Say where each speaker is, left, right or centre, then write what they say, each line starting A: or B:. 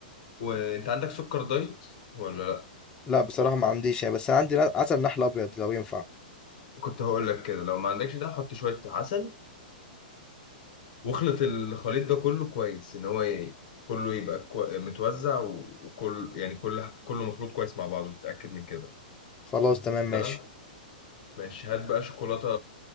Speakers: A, on the left; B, on the left.
A: وانت عندك سكر دايت ولا لا
B: لا بصراحة ما عنديش يعني بس انا عندي نا- عسل نحل ابيض لو ينفع
A: كنت هقول لك كده لو ما عندكش ده حط شوية عسل واخلط الخليط ده كله كويس ان هو ي- كله يبقى كو... متوزع و- وكل يعني كل كله مخلوط كويس مع بعضه تتأكد من كده
B: خلاص تمام ماشي
A: تمام ماشي هات بقى شوكولاتة